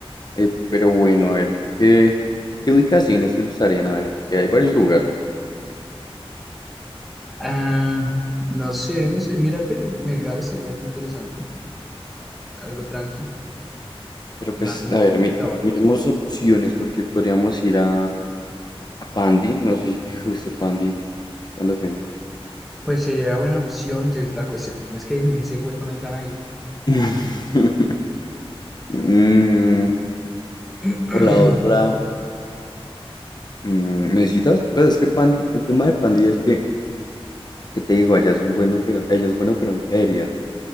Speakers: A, on the left; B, in the centre.
A: Eh, pero bueno, a ver, ¿qué, qué ubicaciones te gustarían? A ver, porque hay varios lugares.
B: Ah, no sé, no sé. Mira que Melgar estaría como interesante. Algo tranqui,
A: Pero
B: una
A: pues,
B: finquita
A: a ver, mi-
B: o algo
A: miremos
B: así.
A: opciones porque podríamos ir a, a Pandi, no sé si te <laughs> guste Pandi cuando fuimos.
B: Pues sería buena opción, entonces la cuestión es que en ese hueco no entran ahí.
A: <laughs> Mm,
B: <clears throat>
A: o la otra, mm, ¿me citas? Pues es que Pandi, el tema de Pandi es que Lo que te digo, allá son bueno, pero ella es bueno, pero en ferias.